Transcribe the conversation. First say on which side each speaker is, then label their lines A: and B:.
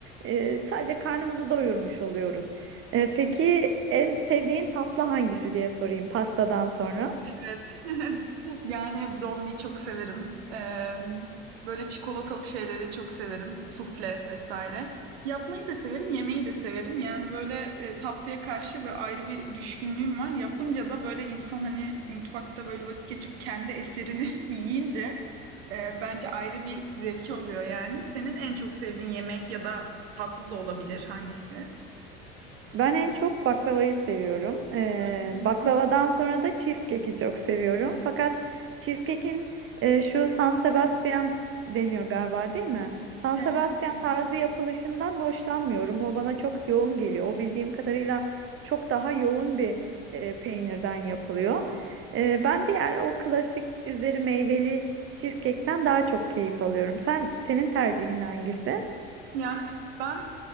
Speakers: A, on the right; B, on the right.
A: e, sadece karnımızı doyurmuş oluyoruz. Ee, peki en sevdiğin tatlı hangisi diye sorayım pastadan sonra.
B: Evet. <laughs> Yani brownie çok severim. Emm, böyle çikolatalı şeyleri çok severim. Sufle vesaire. Yapmayı da severim, yemeyi de severim. Yani, böyle, eee, tatlıya karşı böyle ayrı bir düşkünlüğüm var. Yapınca da böyle insan, hani, mutfakta böyle vakit geçirip kendi eserini <laughs> yiyince, eee, bence ayrı bir zevki oluyor yani. Senin en çok sevdiğin yemek ya da tatlı da olabilir, hangisi?
A: Ben en çok baklavayı seviyorum. Ee,
B: Öyle
A: baklavadan
B: mi?
A: sonra da cheesecake'i çok seviyorum. Fakat cheesecake'in e, şu San Sebastian deniyor galiba değil mi? San
B: Evet.
A: Sebastian
B: Hı hı.
A: tarzı yapılışından hoşlanmıyorum. O bana çok yoğun geliyor. O bildiğim kadarıyla çok daha yoğun bir e, peynirden yapılıyor. E, ben diğer o klasik üzeri meyveli cheesecake'ten daha çok keyif alıyorum. Sen senin tercihin hangisi?
B: Yani, evet, ben